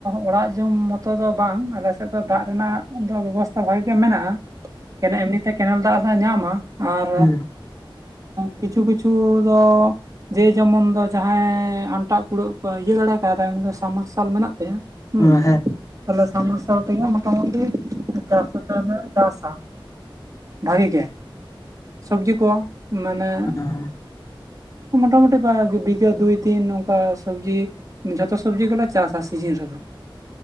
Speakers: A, on the right (about 40°); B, on the left (about 40°).
A: ᱚᱲᱟᱜ ᱡᱚᱢ ᱢᱚᱛᱚ ᱫᱚ ᱵᱟᱝ ᱟᱞᱮᱥᱮᱫ ᱫᱚ ᱫᱟᱜ ᱨᱮᱱᱟᱜ ᱫᱚ ᱵᱮᱵᱚᱥ ᱛᱷᱟ ᱵᱷᱟᱜᱤ ᱜᱮ ᱢᱮᱱᱟᱜᱼᱟ ᱮᱢᱱᱤᱛᱮ ᱠᱮᱱᱮᱞ ᱫᱟᱜ ᱞᱮ ᱧᱟᱢᱟ ᱟᱨ
B: ᱦᱮᱸ
A: ᱠᱤᱪᱷᱩ ᱠᱤᱪᱷᱩ ᱫᱚ ᱡᱮ ᱡᱮᱢᱚᱱ ᱫᱚ ᱡᱟᱦᱟᱸᱭ ᱟᱱᱴᱟᱜ ᱠᱩᱲᱟᱹᱜ ᱠᱚ ᱤᱭᱟᱹ ᱫᱟᱲᱮ ᱠᱟᱫᱟᱭ ᱩᱱᱤ ᱫᱚ ᱥᱟᱢ ᱢᱟᱨᱥᱟᱞ ᱢᱮᱱᱟᱜ ᱛᱟᱭᱟ ᱦᱩᱸ
B: ᱦᱮᱸ ᱦᱮᱸ
A: ᱛᱟᱦᱞᱮ ᱥᱟᱢ ᱢᱟᱨᱥᱟᱞ ᱛᱮᱜᱮ ᱢᱚᱴᱟᱢᱩᱴᱤ ᱪᱟᱥ ᱛᱮᱞᱮ ᱪᱟᱥᱟ, ᱵᱷᱟᱜᱤ ᱜᱮ ᱥᱚᱵᱽᱡᱤ ᱠᱚ ᱢᱟᱱᱮ
B: <unintelligible>
A: ᱢᱚᱴᱴᱟᱢᱩᱴᱤ ᱯᱟ ᱵᱤᱜᱮ ᱫᱩᱭ ᱫᱤᱱ ᱱᱚᱝᱠᱟ ᱥᱚᱵᱽᱡᱤ ᱡᱚᱛᱚ ᱥᱚᱵᱽᱡᱤ ᱜᱮᱞᱮ ᱪᱟᱥᱟ ᱥᱤᱡᱤᱱ ᱨᱮᱫᱚ